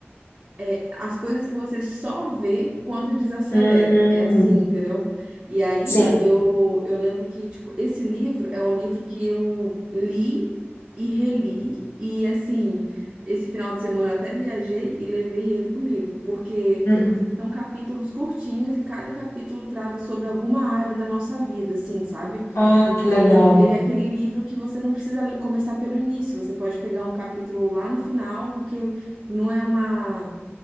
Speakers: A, on the right (about 35°); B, on the left (about 75°).
A: é, as coisas que você só vê quando desacelera.
B: Hum,
A: É assim, entendeu? E aí
B: sim.
A: eu, eu lembro que, tipo, esse livro é um livro que eu li e reli, e assim, esse final de semana eu até viajei e levei ele comigo, porque
B: Uhum.
A: são capítulos curtinhos e cada capítulo trata sobre alguma área da nossa vida, assim, sabe?
B: Ah,
A: Então,
B: que legal.
A: ele é aquele livro que você não precisa começar pelo início, você pode pegar um capítulo lá no final, porque não é uma